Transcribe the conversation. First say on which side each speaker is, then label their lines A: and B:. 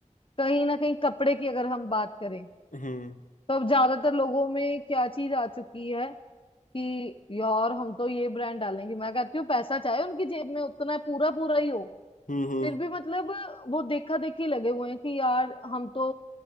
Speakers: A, on the left (about 40°); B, on the left (about 80°).
A: कहीं ना कहीं कपड़े की अगर हम बात करें
B: हम्म हम्म
A: तो अब ज्यादातर लोगों में क्या चीज आ चुकी है कि यार हम तो ये ब्रांड डालेंगे मैं कहती हूँ पैसा चाहे उनकी जेब में उतना पूरा पूरा ही हो
B: हम्म हम्म
A: फिर भी मतलब वो देखा देखी लगे हुए हैं कि यार हम तो